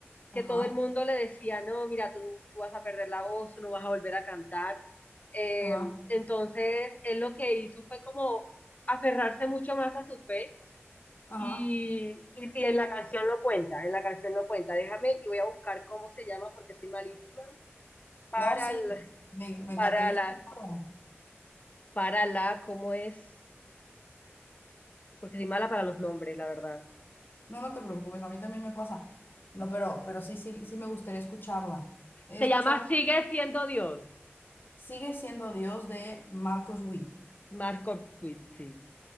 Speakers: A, on the left (about 50°); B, on the left (about 35°).
A: Ajá,
B: que todo el mundo le decía, no, mira, tú, tú vas a perder la voz, tú no vas a volver a cantar, Eh,
A: ajá,
B: entonces, él lo que hizo fue como aferrarse mucho más a su fe
A: ajá.
B: y, y, y en la canción lo cuenta, en la canción lo cuenta. Déjame y voy a buscar cómo se llama porque soy malísima para
A: No, sí,
B: la,
A: me, me
B: para
A: encantaría escucharla.
B: la, para la, ¿cómo es? Porque soy mala para los nombres, la verdad.
A: No, no te preocupes, a mí también me pasa. No, pero, pero sí, sí, sí me gustaría escucharla. He
B: Se
A: escuchado,
B: llama Sigue siendo Dios.
A: sigue siendo Dios de Marcos Witt.
B: Marco Witt, sí.